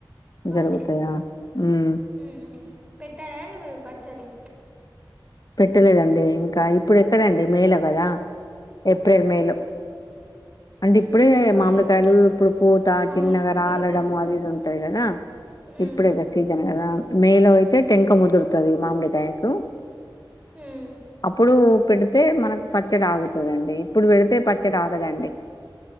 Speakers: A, on the right; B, on the left.
A: బానే
B: జరుగుతాయా ఉమ్
A: ఊ పెట్టారా అండి మీరు పచ్చళ్ళు
B: పెట్టలేదండి ఇంకా ఇప్పుడు ఎక్కడండి మే లో కదా ఏప్రెల్ మే
A: ఉమ్
B: లో అంటే
A: ఉమ్
B: ఇప్పుడే మామిడికాయలు
A: అవును
B: ఇప్పుడు పూత
A: అవును
B: చిన్నగా
A: సీజన్
B: రాలడము అది ఇది ఉంటది కదా
A: ఉమ్
B: ఇప్పుడే గా సీజన్ కదా మే లో అయితే టెంక ముదురుతాది మామిడికాయకు
A: ఉమ్
B: అప్పుడు పెడితే మనకు పచ్చడి ఆగుతాదండి ఇప్పుడు పెడితే పచ్చడి ఆగదండి